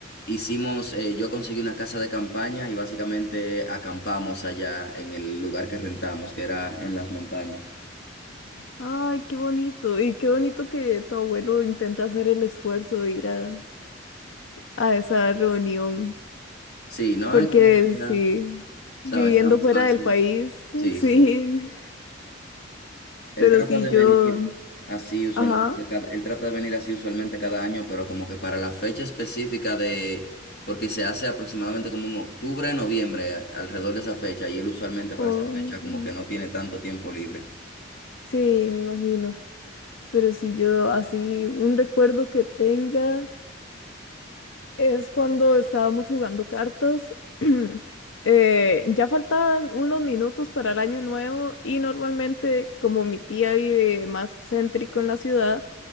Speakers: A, on the left (about 55°); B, on the left (about 75°).
A: hicimos, eh, yo conseguí una casa de campaña y básicamente acampamos allá en el lugar que rentamos, que era en las montañas.
B: Ay, qué bonito. Y qué bonito que tu abuelo intenta hacer el esfuerzo de ir a, a esa reunión.
A: Sí, no
B: Porque
A: es como que sea,
B: sí,
A: ¿sabes?
B: viviendo
A: Tan
B: fuera
A: fácil.
B: del país, <laughs>
A: Sí,
B: sí.
A: sí. Él
B: Pero
A: trata
B: sí
A: de
B: yo,
A: venir así usualmente
B: ajá.
A: cada, él trata de venir así usualmente cada año, pero como que para la fecha específica de, porque se hace aproximadamente como en octubre, noviembre, a- alrededor de esa fecha, y él usualmente para
B: o-
A: esa fecha como que no tiene tanto tiempo libre.
B: sí, me imagino. Pero si yo así, un recuerdo que tenga. Es cuando estábamos jugando cartas. <clears throat> Eh, ya faltaban unos minutos para el año nuevo y normalmente como mi tía vive más céntrico en la ciudad,